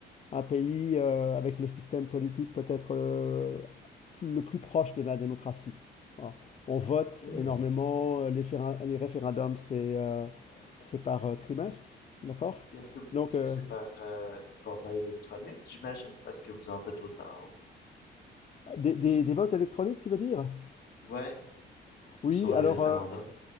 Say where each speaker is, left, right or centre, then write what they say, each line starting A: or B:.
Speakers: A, on the left (about 35°); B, on the left (about 60°).
A: un pays euh, avec le système politique peut-être euh, plus- le plus proche de la démocratie. Voilà. On vote
B: Ouais.
A: énormément, euh, les, féra- les référendums, c'est euh, c'est par euh, trimestre, d'accord?
B: Puis est-ce que
A: Donc,
B: est-ce
A: euh,
B: que c'est par euh, format électronique, j'imagine, parce que vous en faites autant
A: des, des- des votes électroniques, tu veux dire?
B: ou... Ouais,
A: Oui,
B: sur les
A: alors,
B: référendums.
A: euh,